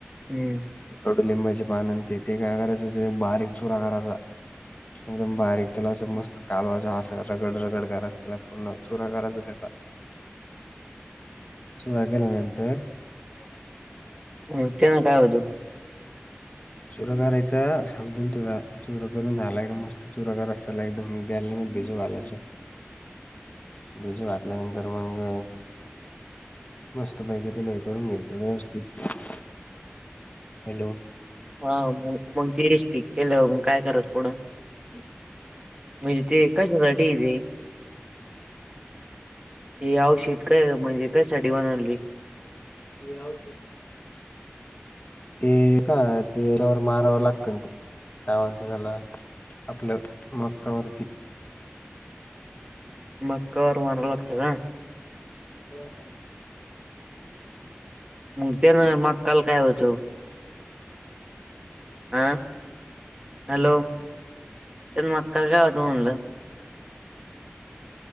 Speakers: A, on the right; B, on the left.
A: हम्म,
B: ते कडुलिंबाचे पानं ते काय करायचं ते बारीक चुरा करायचा. एकदम बारीक त्याला असं मस्त कालवाचं असं रगड रगड करायच त्याला पूर्ण चुरा करायच त्याचा.
A: ह.
B: चुरा केल्यानंतर? ह.
A: हम त्यान काय होतं?
B: चुरा करायचा सांगतो ना तुला? चुरा करून झालायं का मस्त चुरा करायचं एकदम गॅलरी मध्ये भिजू घालायचं. भिजू घातल्या नंतर मग मस्त पैकी त्याला हे करून घ्यायचं व्यवस्थित. ह. हॅलो!
A: हा मग मग ते स्टक केलं मग काय करायचं पुढ?
B: ह.
A: म्हणजे ते कशासाठी आहे ते? ते औषध म्हणजे कशा साठी बनवलं ते?
B: ते औषध? ते का पेरावर मारावर लागतं ते काय म्हणतात त्याला. आपलं मक्कावरती.
A: मक्का वर मारावं लागत का?
B: हो.
A: मग त्यानं मक्का ला काय होतं? आ, हॅलो! त्याला मक्का वर काय होतं म्हणलं?